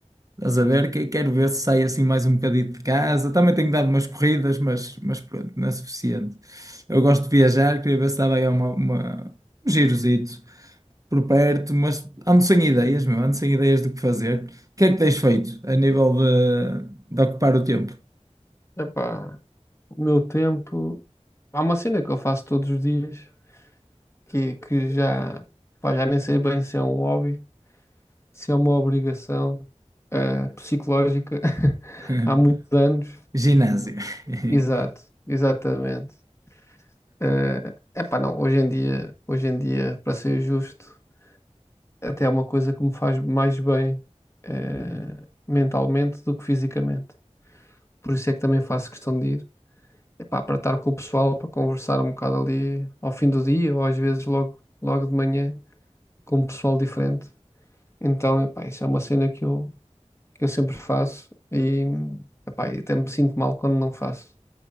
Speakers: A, on the right (about 30°); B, on the left (about 25°).
A: estás a ver? Que- Quero ver se saio assim mais um bocadinho de casa. Também tenho dado umas corridas, mas, mas pronto, não é suficiente. Eu gosto de viajar, queria ver se dava aí uma, uma- um girozito por perto, mas ando sem ideias, meu, ando sem ideias do que fazer. O que é que tens feito a nível de, de ocupar o tempo?
B: Epá, o meu tempo. Há uma cena que eu faço todos os dias, que, que já, pá, já nem sei bem se é um hobby, se é uma obrigação eh, psicológica <laughs>
A: <laughs>
B: há muitos anos.
A: Ginásio. <laughs>
B: Exato, exatamente. É epá, não, hoje em dia, hoje em dia, para ser justo. até é uma coisa que me faz mais bem eh, mentalmente do que fisicamente. Por isso é que também faço questão de ir. Epá, para estar com o pessoal, para conversar um bocado ali ao fim do dia ou às vezes logo, logo de manhã com um pessoal diferente. Então, epá, isso é uma cena que eu, que eu sempre faço e epá, e até me sinto mal quando não faço.